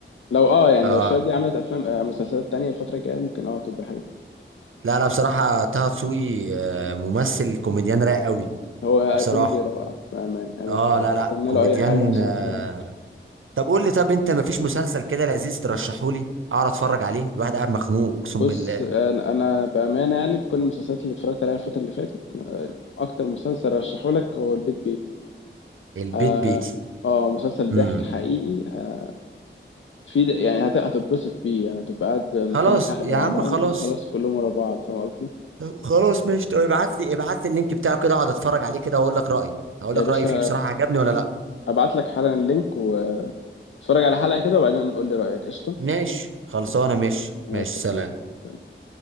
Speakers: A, on the left; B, on the right.
A: لو اه يعني
B: اه
A: لو الشباب دي عملت افلام آه، مسلسلات تانية الفتره الجايه ممكن اه تبقى حاجه تانية.
B: لا لا بصراحه طه دسوقي آه، ممثل كوميديان رايق قوي
A: هو
B: بصراحه
A: كوميدي رائع بامان أنا
B: اه
A: ب-
B: لا
A: بستنى
B: لا كوميديان
A: له اي حاجه عشان
B: آه.
A: اتفرج
B: طب قول لي طب انت مفيش مسلسل كده لذيذ ترشحه لي اقعد اتفرج عليه الواحد قاعد مخنوق اقسم
A: بص
B: بالله
A: انا أنا بامانه يعني في كل المسلسلات اللي اتفرجت عليها الفتره اللي فاتت آه، اكتر مسلسل رشحه لك هو البيت بيتي
B: البيت
A: اه
B: بيتي
A: آه، مسلسل
B: امم
A: ضحك حقيقي آه، في د- يعني هت- هتتبسط بيه يعني هتبقى قاعد مستني
B: خلاص
A: الحلقه اللي
B: يا
A: بعدها
B: عم خلاص
A: وممكن تخلص كلهم ورا بعض فاهم قصدي
B: طب خلاص ماشي طب ابعت لي ابعت لي اللينك بتاعه كده اقعد اتفرج عليه كده واقول لك رايي هقول
A: يا
B: لك
A: باشا
B: رايي فيه بصراحه عجبني ولا لا
A: ابعت لك حالا اللينك واتفرج على حلقة كده وبعدين قول لي رأيك قشطة
B: ماشي خلصانه
A: ماشي
B: ماشي
A: ابعت
B: ماشي
A: لك
B: سلام
A: دلوقتي. سلام.